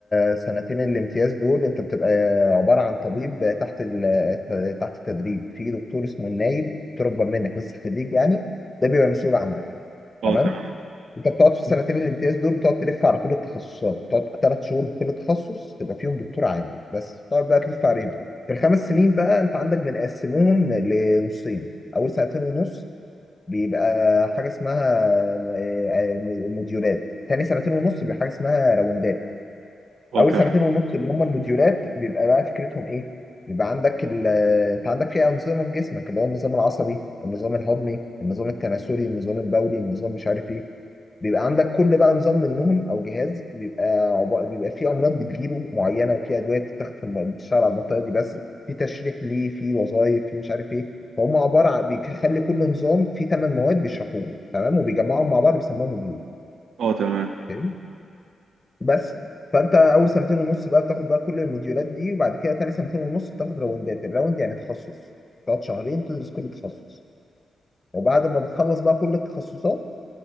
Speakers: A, on the left (about 25°); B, on the right (about 85°).
A: السنتين الامتياز دول انت بتبقى عباره عن طبيب تحت ال- تحت التدريب في دكتور اسمه النايب دكتور اكبر منك لسه خريج يعني ده بيبقى مسؤول عنك
B: أه
A: تمام
B: تمام
A: انت بتقعد في السنتين الامتياز دول بتقعد تلف على كل التخصصات بتقعد ثلاث شهور في كل تخصص تبقى فيهم دكتور عام بس بتقعد بقى تلف عليهم في الخمس سنين بقى انت عندك بنقسمهم لنصين اول سنتين ونص بيبقى حاجه اسمها آه، آه، موديولات تاني سنتين ونص بيبقى حاجه اسمها راوندات
B: أه
A: اول
B: تمام
A: سنتين ونص اللي هم الموديولات بيبقى بقى فكرتهم ايه بيبقى عندك ال آه، انت عندك فيها انظمه في جسمك اللي هو النظام العصبي النظام الهضمي النظام التناسلي النظام البولي النظام مش عارف ايه بيبقى عندك كل بقى نظام منهم او جهاز بيبقى عب... بيبقى فيه امراض بتجيله معينه وفي ادويه بتتاخد في الم... بتشتغل على المنطقه دي بس في تشريح ليه في وظائف في مش عارف ايه فهم عباره عن بيخلي كل نظام فيه ثمان مواد بيشرحوهم تمام وبيجمعهم مع بعض بيسموها موديول
B: أه تمام
A: فاهمني بس فانت اول سنتين ونص بقى بتاخد بقى كل الموديولات دي وبعد كده تاني سنتين ونص بتاخد راوندات الراوند يعني تخصص تقعد شهرين تدرس كل تخصص وبعد ما بتخلص بقى كل التخصصات